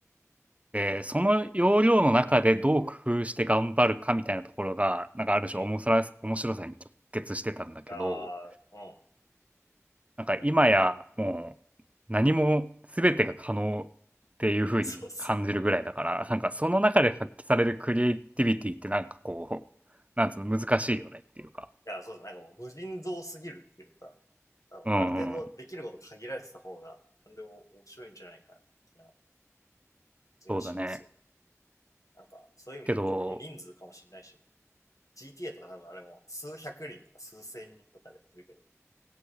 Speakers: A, on the right (about 25°); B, on the left (about 85°).
A: で、その要領の中でどう工夫して頑張るかみたいなところが、なんかある種面白さ面白さに直結してたんだけど、
B: うん、うん。いやー、うん。
A: なんか今やもう何も全てが可能っていう風に感じるぐらいだから、
B: そうっすね。
A: なんかその中で発揮されるクリエイティビティってなんかこう、なんつうの難しいよねっていうか。
B: いや、そうですね。なんかもう無人蔵すぎるっていうか、あの、
A: うんうん、
B: ある程度できること限られてた方が、なんでも面白いんじゃないかな、的な気がしますよね。
A: そうだね。
B: なんか、そういう意味で言うと、
A: けど、
B: もう人数かもしれないし、GTA とか多分あれも数百人とか数千人とかでやってるけど、